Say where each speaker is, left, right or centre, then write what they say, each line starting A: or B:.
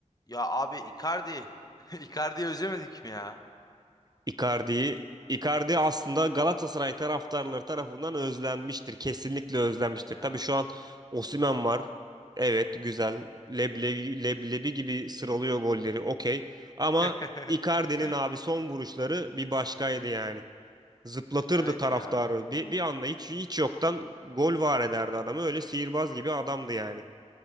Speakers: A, on the left; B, on the right.
A: Ya abi Icardi. <laughs> Icardi'yi özlemedik mi ya?
B: Icardi'yi Icardi aslında Galatasaray taraftarları tarafından özlenmiştir. Kesinlikle özlenmiştir.
A: Evet ya.
B: Tabii şu an Osimhen var. Evet güzel. Leblebi, leblebi gibi sıralıyor golleri. Okey. Ama
A: <laughs>
B: Icardi'nin abi son vuruşları bir başkaydı yani. Zıplatırdı
A: Evet
B: taraftarı.
A: ya.
B: Bir, bir anda hiç hiç yoktan gol var ederdi adamı. Öyle sihirbaz gibi adamdı yani.